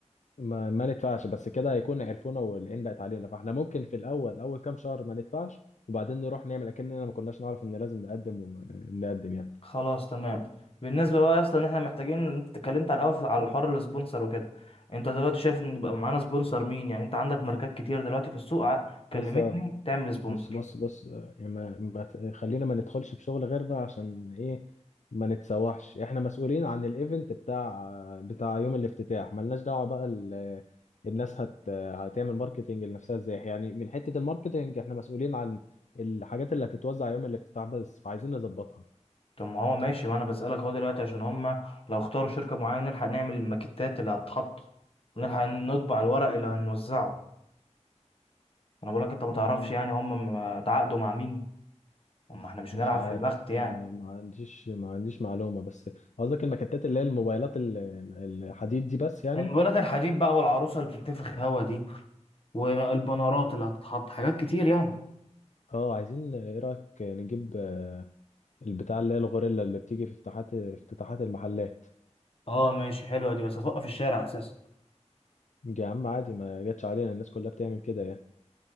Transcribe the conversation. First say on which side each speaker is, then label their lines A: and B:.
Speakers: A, on the left; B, on the left.
A: ما, ما ندفعش بس كده هيكون عرفونا والعين بقت علينا فاحنا ممكن في الاول اول كام شهر ما ندفعش وبعدين نروح نعمل اكننا ما كناش نعرف ان لازم نقدم ونقدم يعني
B: خلاص تمام بالنسبه بقى يا اسطى ان احنا محتاجين انت اتكلمت على الاول في- على الحوار السبونسر وكده انت دلوقتي شايف ان يبقى معانا سبونسر مين يعني انت عندك ماركات كتير دلوقتي في السوق ع- كلمتني
A: لسه
B: تعمل سبونسر
A: بص بص بص آه، يعني ما ما ت- خلينا ما ندخلش في شغل غيرنا عشان ايه ما نتسوحش احنا مسؤولين عن الايفنت بتاع آه، بتاع يوم الافتتاح ملناش دعوة بقى ال- آه، الناس هت آه، هتعمل ماركتينج لنفسها ازاي يعني من حتة الماركتينج احنا مسؤولين عن الحاجات اللي هتتوزع يوم الافتتاح بس فعايزين نظبطها
B: طب ما هو ماشي وانا بسألك اهو دلوقتي عشان هما لو اختاروا شركة معينة نلحق نعمل الماكيتات اللي هتتحط ونلحق نطبع الورق اللي هنوزعه انا بقولك انت ما
A: مم.
B: تعرفش يعني هما م- اتعاقدوا مع مين اما احنا مش
A: مش
B: هنلعب
A: عارف
B: في البخت يعني
A: انا ما عنديش ما عنديش معلومة بس قصدك المكتات اللي هي الموبايلات ال- الحديد دي بس يعني
B: الولاد الحديد بقى والعروسة اللي بتتنفخ هوا دي والبنرات اللي هتتحط حاجات كتير يعني
A: اه عايزين ايه رأيك نجيب البتاع اللي هي الغوريلا اللي بتيجي في افتتاحات افتتاحات المحلات
B: اه ماشي حلوة دي بس هتوقف الشارع اساسا
A: يا عم عادي ما جاتش علينا الناس كلها بتعمل كده يعني